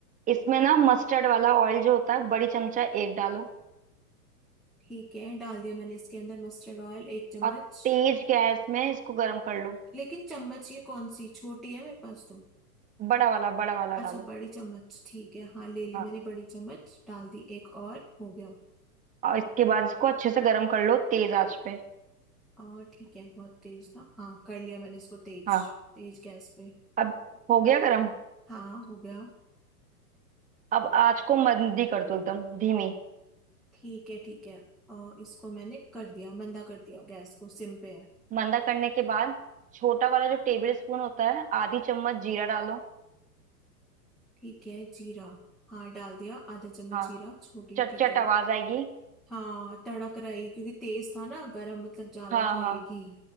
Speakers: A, on the right; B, in the centre.
A: इसमें ना मस्टर्ड वाला ऑयल जो होता है बड़ी चमचा एक डालो
B: ठीक है डाल दिया मैंने इसके अंदर मस्टर्ड ऑयल एक चम्मच
A: और तेज गैस में इसको गर्म कर लो
B: लेकिन चम्मच ये कौन सी छोटी है मेरे पास तो
A: बड़ा वाला बड़ा वाला
B: अच्छा
A: डालो
B: बड़ी चम्मच ठीक है हाँ ले ली
A: हाँ
B: मैंने बड़ी चम्मच डाल दी एक और हो गया
A: और इसके बाद इसको अच्छे से गर्म कर लो तेज आंच पे
B: और ठीक है बहुत तेज था हाँ कर लिया मैंने इसको तेज
A: हाँ
B: तेज गैस पे
A: अब हो गया गर्म
B: हाँ हो गया
A: अब आँच को मंदी कर दो एकदम धीमी
B: ठीक है ठीक है और इसको मैंने कर दिया मंदा कर दिया गैस को सिम पे है
A: मंदा करने के बाद छोटा वाला जो टेबल स्पून होता है आधी चम्मच जीरा डालो
B: ठीक है जीरा हाँ डाल दिया आधा चम्मच
A: हाँ
B: जीरा छोटी
A: चट
B: ठीक
A: चट
B: है
A: आवाज आएगी
B: हाँ तड़क रही क्योंकि तेज था ना गरम मतलब ज्यादा
A: हाँ
B: था
A: हाँ
B: ये घी